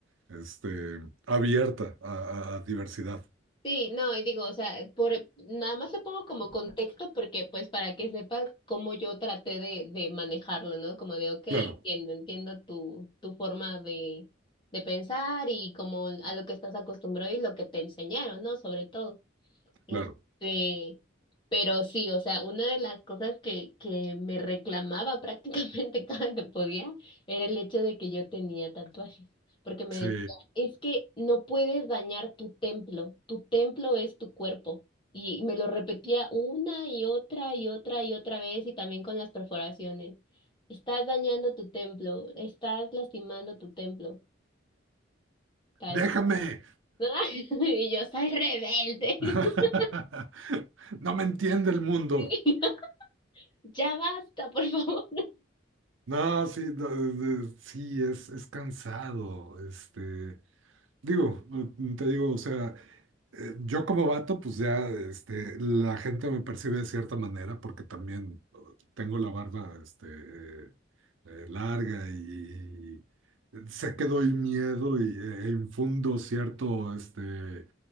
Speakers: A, on the right; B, on the left.
A: este, abierta a, a- a diversidad.
B: Sí, no, y digo, o sea, por nada más lo pongo como contexto porque pues para que sepas cómo yo traté de, de manejarlo, ¿no? Como de, ok,
A: Claro,
B: entiendo, entiendo tu, tu forma de, de pensar y como a lo que estás acostumbrado y lo que te enseñaron, ¿no? Sobre todo. Este,
A: claro.
B: pero sí, o sea, una de las cosas que, que me reclamaba prácticamente <laughs> cada que podía era el hecho de que yo tenía tatuajes, porque me
A: Sí.
B: decía, es que no puedes dañar tu templo, tu templo es tu cuerpo. Y me lo repetía una y otra y otra y otra vez y también con las perforaciones. Estás dañando tu templo, estás lastimando tu templo, tal.
A: ¡Déjame!
B: <laughs> Y yo soy rebelde. <laughs>
A: <laughs> No me entiende el mundo.
B: Sí. <laughs> Ya basta, por favor.
A: No, sí, no, de- sí, es, es cansado. Este, digo, eh, te digo, o sea, eh, yo como vato, pues ya este, la gente me percibe de cierta manera porque también eh, tengo la barba este, eh, eh, larga y, y sé que doy miedo y, eh, e infundo cierto, este,